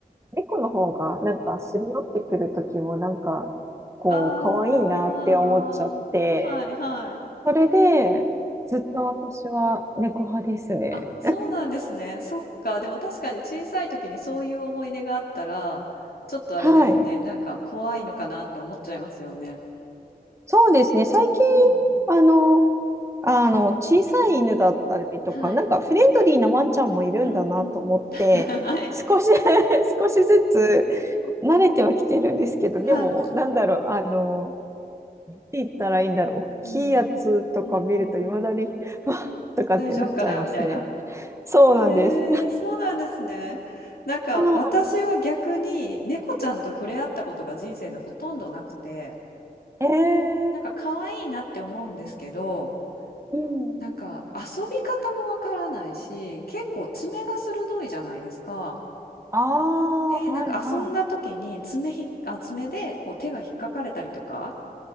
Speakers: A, on the right; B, on the left.
A: 猫の方がなんかすり寄ってくる時もなんかこう可愛いなって思っちゃって、
B: あー。はい。はい。
A: それでずっと私は猫派ですね。
B: あ、そうなんですね。そっか。でも確かに小さい時にそういう思い出があったら、ちょっとあれですね。
A: はい。
B: なんか怖いのかなって思っちゃいますよね。
A: そうですね。最近、
B: うんうん。
A: あの、あの、小さい犬だったりとか、
B: はい。
A: なんかフレンドリーなワンちゃんもいるんだなと思って、
B: うんうん。<laughs> はい。
A: 少し <laughs> 少しずつ慣れてはきてるんですけど、
B: はい。
A: でも、なんだろう、あの、って言ったらいいんだろう、大きいやつとか見ると、
B: うん。うんうんうん。
A: いまだに、<laughs> わっとかってなっちゃいますね。
B: 大丈夫かなみたいな。
A: そうなんです。
B: えー、そうなんですね。なんか私は逆に猫ちゃんと触れ合ったことが人生でほとんどなくて、
A: あー、え
B: なんか可愛いなって思うんですけど、
A: ー、うん。
B: なんか遊び方もわからないし、結構爪が鋭いじゃないですか。
A: ああ、
B: で、
A: はいはい。
B: なんか遊んだ時に爪ひっ、あ、爪でこう手が引っかかれたりとか、